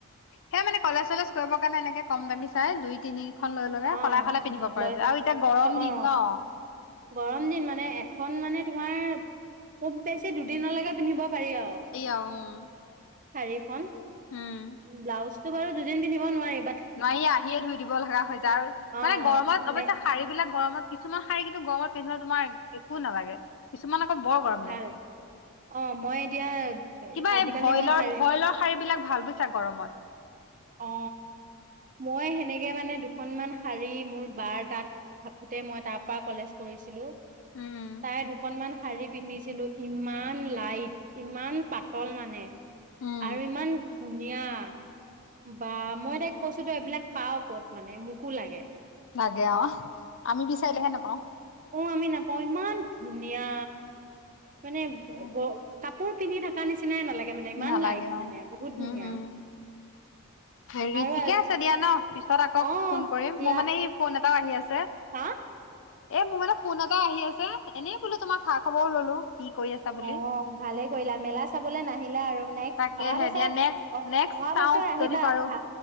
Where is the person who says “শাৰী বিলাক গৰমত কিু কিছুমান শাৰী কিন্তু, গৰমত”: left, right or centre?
Left